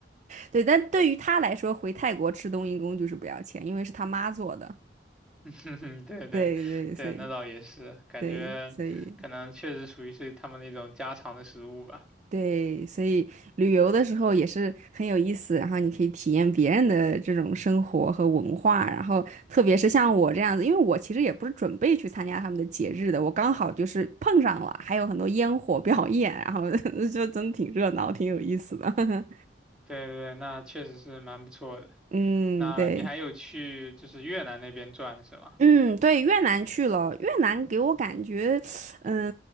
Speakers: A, on the right; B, in the centre.
A: 对，但对于他来说，回泰国吃冬阴功就是不要钱，因为是他妈做的。
B: <laughs> 对对对，
A: 对对，所以
B: 那倒也是，感觉可能确实属于是他们那种家常的食物吧。
A: 对，所以对，所以旅游的时候也是很有意思，然后你可以体验别人的这种生活和文化，然后特别是像我这样子，因为我其实也不是准备去参加他们的节日的，我刚好就是碰上了，还有很多烟火表演，然后 <laughs> 就真挺热闹，挺有意思的。
B: 对对，那确实是蛮不错的。
A: <laughs> 嗯，
B: 那你还有去就是越南那边转是吗？
A: 对。嗯，对，越南去了，越南给我感觉，嗯、